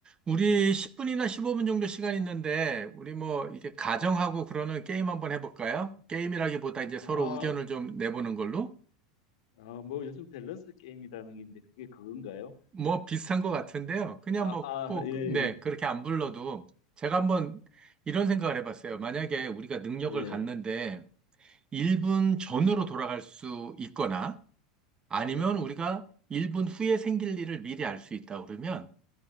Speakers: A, on the right (about 25°); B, on the left (about 75°).
A: 우리 10분이나 15분 정도 시간 있는데, 우리 뭐, 이게 가정하고
B: 네.
A: 그러는 게임 한번 해볼까요? 게임이라기보다 이제 서로
B: 아,
A: 의견을 좀 내보는 걸로?
B: 아, 뭐 요즘 밸런스 게임이라는 게 있는데 그게 그건가요?
A: 뭐 비슷한 것 같은데요. 그냥
B: 아,
A: 뭐
B: 아,
A: 꼭,
B: 예,
A: 네, 그렇게 안 불러도 제가 한번 이런 생각을 해봤어요. 만약에 우리가 능력을
B: 예, 예,
A: 갖는데 1분 전으로 돌아갈 수 있거나 아니면
B: 예.
A: 우리가 1분 후에 생길 일을 미리 알 수 있다 그러면